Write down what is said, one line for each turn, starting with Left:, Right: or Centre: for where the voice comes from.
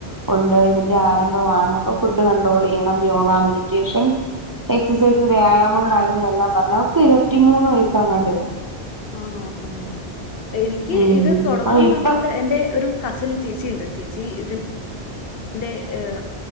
Right: കൊണ്ടോയി ഇതിന്റെ ആരംഭമാണ് അപ്പൊ ഫുഡ് കൺട്രോൾ യ്യണം. യോഗ, മെഡിറ്റേഷൻ എക്സസൈസ്, വ്യായാമം കാര്യങ്ങളെല്ലാം പറഞ്ഞു. ഓക്ക് ഇരുപത്തിമൂന്ന് വയസ്സാകാണ്ടേ ഉള്ളൂ.
Left: ആണോ ഓഹ് എനിക്ക്
Right: ഉം
Left: ഇത് തൊടക്കംന്നർഞ്ഞാല്
Right: ആ ഇപ്പം
Left: എന്റെ ഒരു കസിൻ ചേച്ചി ണ്ട് ചേച്ചി ഇത് ന്റെ ഏഹ്